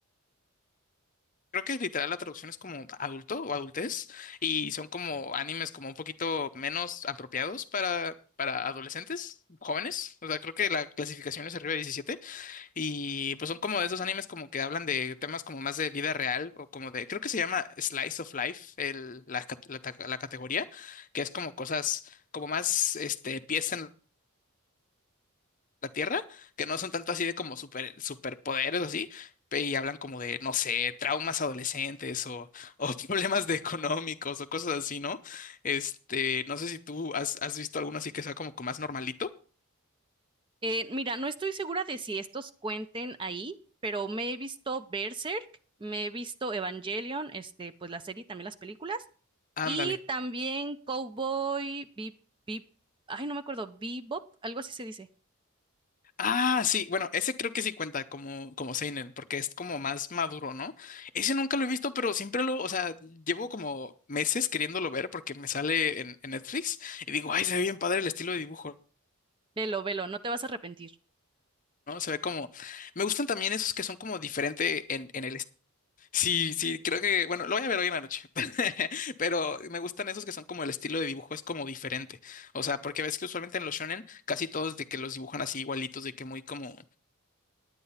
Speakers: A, on the left; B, on the right.
A: Creo que literal la traducción es como adulto o adultez y son como animes como un poquito menos apropiados para, para adolescentes, jóvenes. O sea, creo que la clasificación es arriba de 17 y pues son como de esos animes como que hablan de temas como más de vida real o como de, creo que se llama Slice of Life, el, la, ca- la ta- la categoría, que es como cosas como más este, pies en la Tierra, que no son tanto así de como super, superpoderes o así, pe- y hablan como de, no sé, traumas adolescentes o, o <laughs> problemas de económicos o cosas así, ¿no? Este, no sé si tú has, has visto alguno así que sea como que más normalito.
B: Eh, mira, no estoy segura de si estos cuenten ahí, pero me he visto Berserk, me he visto Evangelion, este, pues la serie y también las películas,
A: Ándale.
B: y también Cowboy Bebop, ay, no me acuerdo, Bebop, algo así se dice.
A: Ah, sí, bueno, ese creo que sí cuenta como, como seinen, porque es como más maduro, ¿no? Ese nunca lo he visto, pero siempre lo, o sea, llevo como meses queriéndolo ver porque me sale en, en Netflix y digo, ay, se ve bien padre el estilo de dibujo,
B: Velo, velo, no te vas a arrepentir.
A: ¿no? Se ve como, me gustan también esos que son como diferente en, en el, est- sí, sí, creo que, bueno, lo voy a ver hoy en la noche, <laughs> pero me gustan esos que son como el estilo de dibujo es como diferente, o sea, porque ves que usualmente en los shonen casi todos de que los dibujan así igualitos, de que muy como